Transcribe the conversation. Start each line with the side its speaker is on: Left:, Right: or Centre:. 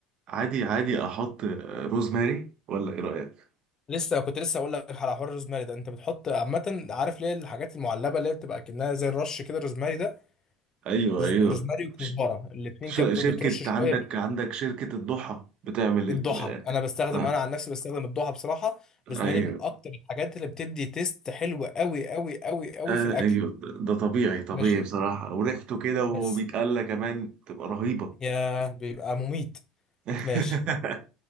Right: عادي عادي احط آه، روزماري ولا ايه رأيك
Left: لسه كنت لسه أقول لك على حوار الروزماري ده أنت بتحط عامة عارف ليه الحاجات المعلبة اللي هي بتبقى كأنها زي الرش كده الروزماري ده
Right: ايوه
Left: روز-
Right: ايوه
Left: روزماري وكزبرة
Right: ش-
Left: الاتنين
Right: ش-
Left: كده بت- بترش
Right: شركة
Left: شوية
Right: عندك عندك شركة الضحى بتعمل
Left: الضحى
Right: ال...
Left: انا بستخدم
Right: آه،
Left: انا عن نفسي بستخدم الضحى بصراحه روزماري
Right: ايوه
Left: من اكتر الحاجات اللي بتدي تيست حلو قوي قوي قوي قوي
Right: آه،
Left: في الاكل
Right: ايوه ده ده طبيعي طبيعي
Left: ماشي
Right: بصراحة وريحته كده وهو
Left: بس
Right: بيتقلى كمان تبقى رهيبة
Left: يا بيبقى مميت
Right: <laughs>
Left: ماشي